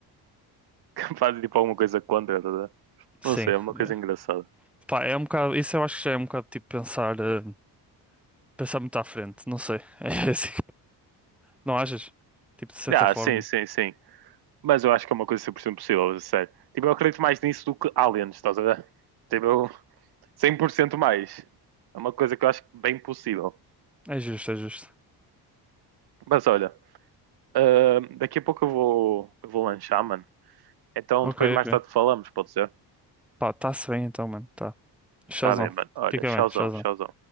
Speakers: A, on the right (about 65°); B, in the centre.
A: <laughs> que fazem tipo, alguma coisa contra, estás a ver?
B: Sim.
A: Não sei, é uma coisa
B: é.
A: engraçada.
B: Pá, é um bocado, isso eu acho que já é um bocado tipo pensar, eh, pensar muito à frente, não sei. <laughs> É assim. Não achas? Tipo, de certa
A: Ah,
B: forma.
A: sim, sim, sim. Mas eu acho que é uma coisa 100% possível, a sério. Tipo, eu acredito mais nisso do que aliens, estás a ver? Tipo, eu- 100% mais. É uma coisa que eu acho bem possível.
B: É justo, é justo.
A: Mas olha, ah, daqui a pouco eu vou, eu vou lanchar, mano. Então
B: Ok,
A: depois
B: ok.
A: mais tarde falamos, pode ser?
B: Pá, tá-se bem então, mano. Tá. Showzão.
A: Tá bem, mano. Olha,
B: Fica
A: tchauzão,
B: bem, showzão.
A: tchauzão.